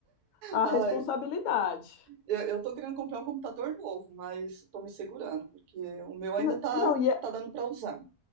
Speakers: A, on the left; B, on the right.
A: a
B: Ai,
A: responsabilidade.
B: eu, eu tô querendo comprar um computador novo, mas tô me segurando, porque o meu ainda
A: N-
B: tá,
A: Não, e, é-
B: tá dando pra usar.